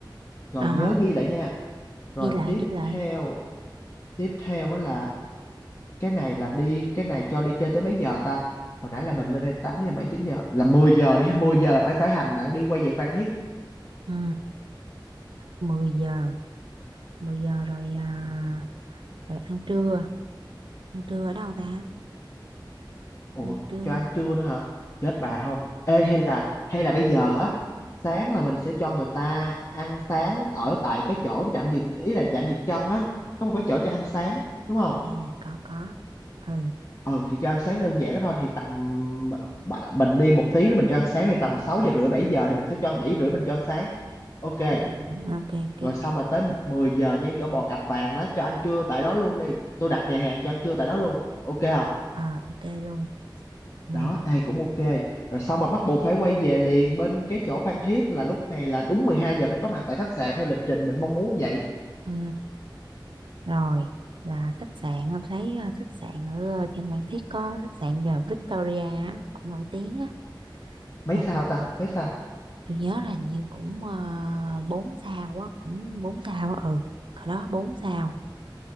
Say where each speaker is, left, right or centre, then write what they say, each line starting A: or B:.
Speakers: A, on the left; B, on the right.
A: rồi
B: à,
A: nhớ ghi lại nha rồi
B: ghi lại
A: tiếp
B: ghi lại
A: theo tiếp theo á là cái này là đi cái này cho đi chơi tới mấy giờ ta hồi nãy là mình lên đây 8 giờ mấy 9 giờ là 10 giờ đi 10 giờ là phải khởi hành đặng đi quay về Phan Thiết
B: ừ, 10 giờ 10 giờ rồi à, rồi ăn trưa ăn trưa ở đâu ta
A: ủa
B: ăn trưa
A: cho ăn trưa nữa hả chết bà không ê hay là hay là bây giờ á sáng là mình sẽ cho người ta ăn sáng ở tại cái chỗ trạm dừng ý là trạm dừng chân á có một cái chỗ cho ăn sáng đúng không
B: nè có có ừ
A: ừ thì cho ăn sáng đơn giản đó thôi thì tầm bạ- mình đi một tiếng nữa mình cho ăn sáng thì tầm 6 giờ rưỡi 7 giờ thì mình sẽ cho 7 rưỡi mình cho ăn sáng ok
B: ừ, ok ok
A: rồi xong mà tới 10 giờ ngay chỗ bò cặp vàng đó cho ăn trưa tại đó luôn đi tôi đặt nhà hàng cho ăn trưa tại đó luôn ok không
B: à, ok luôn ừ,
A: đó ai cũng ok rồi xong mà bắt buộc phải quay về liền bên cái chỗ Phan Thiết là lúc này là đúng 12 giờ phải có mặt tại khách sạn theo lịch trình mình mong muốn vậy
B: ừ. rồi là khách sạn em thấy à, khách sạn ở à, trên Phan Thiết có khách sạn à, Victoria á, cũng nổi tiếng á
A: mấy
B: rồi
A: sao ta
B: à,
A: mấy sao
B: tôi nhớ là hình như cũng uh, 4 sao á cũng 4 sao á ừ hồi đó 4 sao